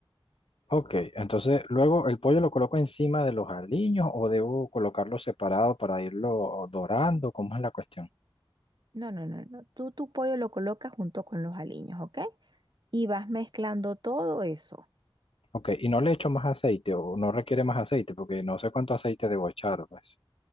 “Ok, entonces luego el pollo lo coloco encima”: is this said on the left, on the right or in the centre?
Left